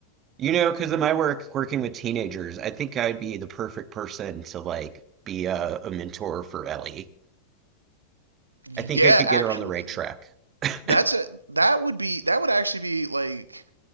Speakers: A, on the right (about 30°); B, on the right (about 80°).
A: You know, because of my work working with teenagers, I think I'd be the perfect person to like be a, a mentor for Ellie.
B: Yeah,
A: I think I could
B: actually.
A: get her on the right track. <laughs>
B: That's a that would be that would actually be like